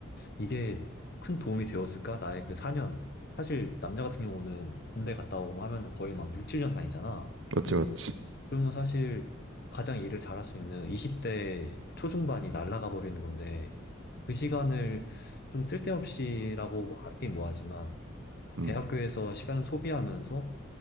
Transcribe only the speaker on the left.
이게 큰 도움이 되었을까? 나의 그 4년. 사실 남자 같은 경우는 군대 갔다 오고 하면 거의 막 6, 7년 다니잖아.
그러면 사실 가장 일을 잘할 수 있는 20대 초중반이 날아가 버리는 건데, 그 시간을 좀 쓸데없이라고 하긴 뭐하지만,
대학교에서 시간을 소비하면서